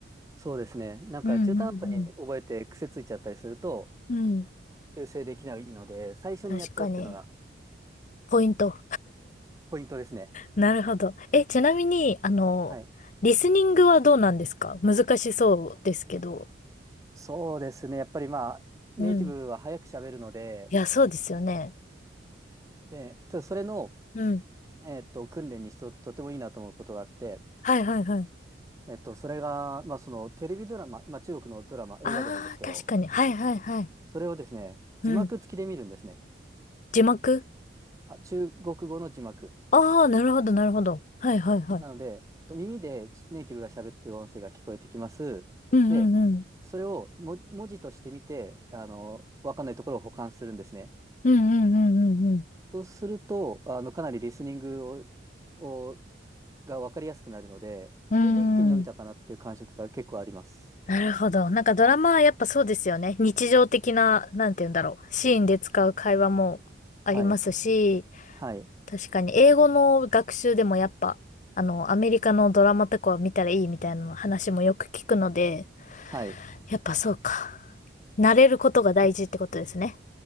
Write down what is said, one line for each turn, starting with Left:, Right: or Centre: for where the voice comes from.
Right: そうですね。なんか中途半端に覚えて癖ついちゃったりすると、
Left: うんうんうん。うん。
Right: 修正できないので、最初にやっちゃうっていうのが
Left: 確かに。ポイント。
Right: ポイントですね。
Left: なるほど。え、ちなみに、あの、
Right: はい。
Left: リスニングはどうなんですか難しそうですけど。
Right: そうですね。やっぱりまあ、
Left: うん。
Right: ネイティブは早く喋るので、
Left: いや、そうですよね。
Right: で、ただそれの、
Left: うん。
Right: えっと、訓練にしと、とてもいいなと思うことがあって、
Left: はいはいはい。
Right: えっと、それが、まあ、そのテレビドラマ、まあ、中国のドラマ、
Left: ああ、
Right: 映画でもいいですけど、
Left: 確かに。はいはいはい。
Right: それをですね、
Left: うん。
Right: 字幕付きで見るんですね。
Left: 字幕
Right: あ、中国語の字幕。
Left: ああー、なるほどなるほど。はいはいはい。
Right: なので、と耳でネイティブが喋ってる音声が聞こえてきます。
Left: うんうんうん。
Right: で、それをも文字として見て、あの、わかんないところを補完するんですね。
Left: うんうんうんうん
Right: そうすると、あの、かなりリスニングを、をがわかりやすくなるので、
Left: うん。
Right: それで一気に伸びたかなっていう感触が結構あります。
Left: うーん。なるほど。なんかドラマはやっぱそうですよね。日常的な、なんて言うんだろう。シーンで使う会話もありますし、
Right: はい。はい。
Left: 確かに、英語の学習でもやっぱ、あの、アメリカのドラマとかは見たらいいみたいな話もよく聞くので、
Right: はい。
Left: やっぱそうか。慣れることが大事ってことですね。
Right: あ